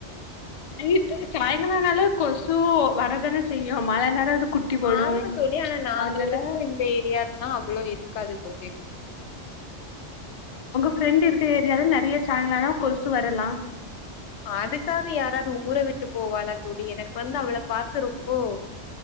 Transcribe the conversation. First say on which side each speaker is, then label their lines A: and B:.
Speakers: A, on the left; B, on the left.
A: வீட்டுக்கு சாய்ங்கல ஆனாலெ கொசு வரதானே செய்யு மழ நேர அது குட்டி போடு
B: ஆமா தோழி ஆனா நாங்க
A: அதனால
B: இருக்குற இந்த ஏரியால லா அவ்ளோ இருக்காது தோழி
A: ஃப்ரெண்டு இருக்க ஏரியால நறைய சாய்ங்கால ஆனா கொசு வரலா
B: அதுக்காக யாராவ்து ஊர விட்டு போவாளா தோழி எனக்கு வந்து அவள பாக்குறப்போ